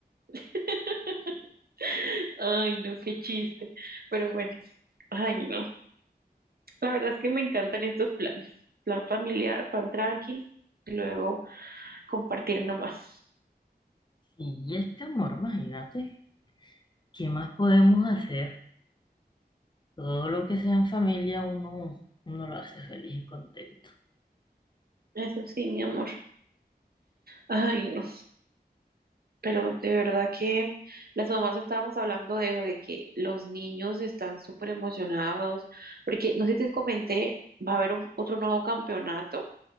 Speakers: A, on the right (about 65°); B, on the left (about 25°).
A: <laughs> Ay, no, qué chiste. Pero bueno, ay, no. La verdad es que me encantan estos planes. Plan familiar, plan tranqui, y luego compartir nomás.
B: Y este amor, imagínate, ¿qué más podemos hacer? Todo lo que sea en familia, uno, uno lo hace feliz y contento.
A: Eso sí, mi amor. Ay, no. Pero de verdad que las mamás estábamos hablando de eso, de que los niños están súper emocionados, porque no sé si te comenté, va a haber un- otro nuevo campeonato